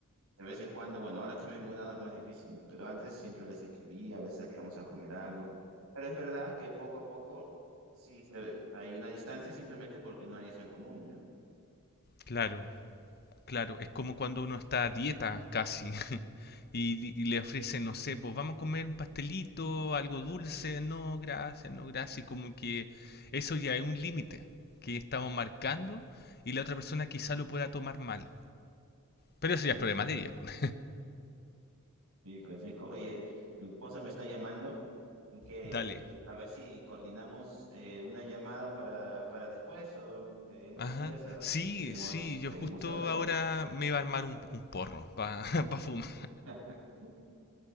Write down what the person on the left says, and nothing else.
claro, claro. Es como cuando uno está a dieta, casi. Y, di- y le ofrecen, no sé, pues vamos a comer un pastelito, algo dulce, no, gracias, no, gracias. Y Como que eso ya es un límite que estamos marcando y la otra persona quizá lo pueda tomar mal. Pero eso ya
es problema de ella, pues.
<laughs> Dale.
Ajá.
Sí,
sí, yo
justo
ahora me iba a armar un, un porro para <laughs> fumar.